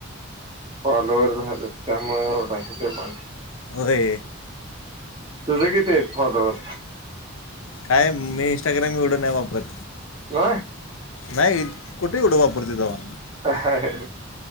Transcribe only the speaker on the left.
वे.
काय मी इंस्टाग्राम एवढं नाही वापरत.
नाही कुठे उठं वापरते तेव्हा.